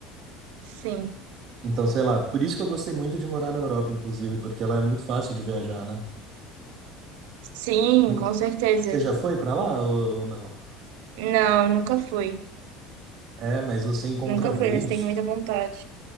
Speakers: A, on the right; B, on the right.
A: Sim.
B: Então, sei lá, por isso que eu gostei muito de morar na Europa, inclusive, porque lá é muito fácil de viajar, né?
A: Sim,
B: Não-
A: com certeza.
B: você já foi pra lá ou, ou não?
A: Não, nunca fui.
B: É, mas você encontra
A: Nunca
B: voos.
A: fui, eles têm muita vontade.